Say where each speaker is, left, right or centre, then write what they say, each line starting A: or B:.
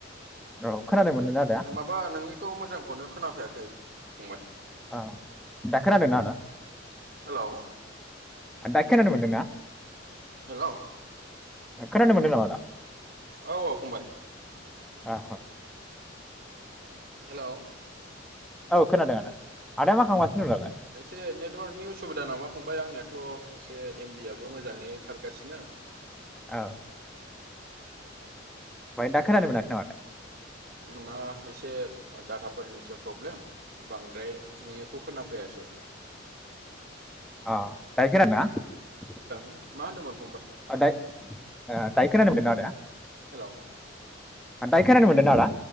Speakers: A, in the centre; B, on the right.
A: औ खोनानो मोनदोंना आदाया
B: माबा नोंनिखौ मोजांखौनो खोनाफैयाखै। फंबाय
A: औ दा खोनादोंना आदा।
B: हेलौ
A: आ दा खोनानो मोनदोंना।
B: हेलौ।
A: ओ खोनानो मोन्दों नामा आदा।
B: औ औ फंबाय।
A: आहो
B: हेलौ
A: औ खोनादों आदा। आदाया मा खालामगासिनो दं दालाय
B: एसे नेटवार्कनि उसुबिदा नामा? फंबाय आंनियाथ' एसे एमबि आबो मोजाङै खारगासिनो
A: औ। ओम दा खोनानो मोनाखै नामा?
B: ना एसे डाटाफोरनिसो प्रब्लेम बांद्राय नोंनिखौ खोनाफैयासै।
A: <inaudible> औ दायो खोनादोंना?
B: मा होनदों मोन?
A: ओ दायो खोनानो मोनदोंना? आदाया।
B: हेल'।
A: दायो खोनानो मोनदों ना आदा?